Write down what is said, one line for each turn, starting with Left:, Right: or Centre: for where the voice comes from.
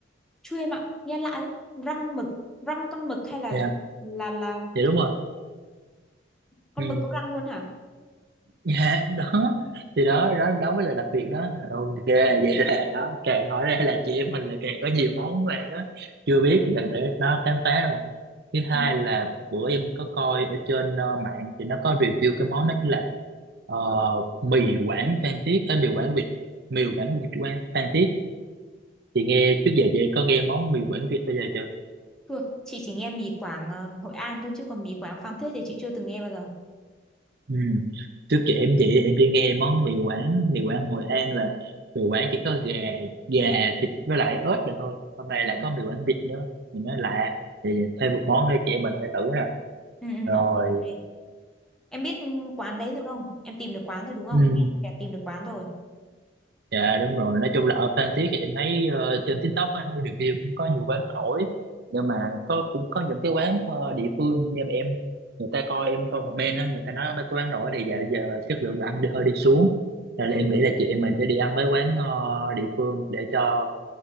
Centre: Chưa em ạ, nghe lạ đấy. Răng mực, răng con mực hay là
Right: dạ
Centre: là là
Right: dạ đúng rồi
Centre: con
Right: ừ.
Centre: mực có răng luôn hả?
Right: dạ đó thì đó đó đó mới là đặc biệt đó ok vậy là đó càng hỏi ra là chị em mình là càng có nhiều món mà nó chưa biết là để nó khám phá rồi thứ hai
Centre: Ừ.
Right: là bữa em có coi ở trên ờ, mạng thì nó có review cái món đó chính là ờ, mì Quảng Phan Thiết cái mì Quảng việt mì Quảng việt Quảng Phan Thiết chị nghe trước giờ chị có nghe món mì Quảng việt bây giờ chưa
Centre: Thưa, chị chỉ nghe mì Quảng ờ, Hội An thôi chứ còn mì Quảng Phan Thiết thì chị chưa từng nghe bao giờ.
Right: Ừ. Trước kia em chị em chỉ nghe món mì Quảng mì Quảng Hội An là mì Quảng chỉ có gà gà thịt với lại ớt là thôi hôm nay
Centre: Ừ.
Right: lại có mì Quảng vịt nữa mình nói lạ thì thêm một món nữa chị em mình phải thử nè
Centre: Ừ, ừ,
Right: rồi
Centre: ok, ok. Em biết ừ, quán đấy rồi không? Em tìm được quán rồi đúng không?
Right: ừ.
Centre: Nghe có vẻ tìm được quán rồi.
Right: Dạ đúng rồi, nói chung là ở Phan Thiết thì em thấy ờ, trên TikTok á, nó review cũng có nhiều quán nổi nhưng mà có cũng có những cái quán ờ, địa phương nhưng mà em người ta coi em coi comment á, người ta nói mấy cái quán nổi này dạo giờ chất lượng đồ ăn đi hơi đi xuống nên
Centre: Ừ,
Right: là em nghĩ là chị em mình sẽ đi ăn mấy quán ờ, địa phương để cho